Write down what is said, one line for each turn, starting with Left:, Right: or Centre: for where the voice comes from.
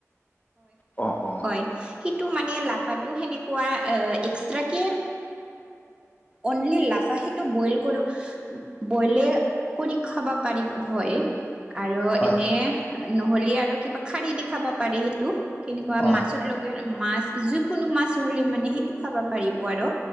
Left: অ অ
Right: হয় সেইটো মানে লাভাতো সেনেকুৱা এক্সট্ৰা কে অনলি লাফাহীটো বইল কৰিলোঁ বইলে কৰি খাবা পাৰিব হয়। আৰু
Left: হয়
Right: এনে
Left: হয়
Right: নহলে আৰু কিবা খাৰী দি খাবা পাৰে সেইটো কেনেকুৱা
Left: অ
Right: মাছত লগা মাছ যিকোনো মাছ হ'লে মানে সেইটো খাব পাৰিব আৰু